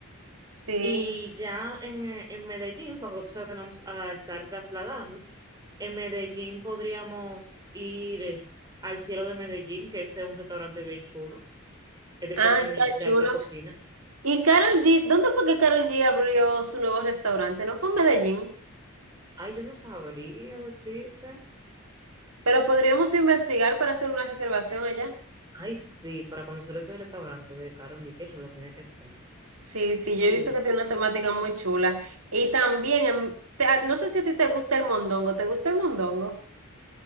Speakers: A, on the right; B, on the right.
A: Sí.
B: Y ya en, eh, en Medellín, porque tú sabes que nos vamos a estar trasladando, en Medellín podríamos ir eh, al Cielo de Medellín, que ese es un restaurante bien chulo. Es de
A: Ah,
B: cocina,
A: está
B: de
A: chulo.
B: alta cocina.
A: Y Carol G, ¿dónde fue que Carol G abrió su nuevo restaurante? No fue en Medellín,
B: Ay, yo no sabría decirte.
A: pero podríamos investigar para hacer una reservación allá.
B: Ay, sí, para conocer ese restaurante de Carol G, que yo lo tiene que ser.
A: Sí, sí, yo
B: Y
A: he visto que tiene una temática muy chula. Y también, em, te- no sé si a ti te gusta el mondongo, ¿te gusta el mondongo?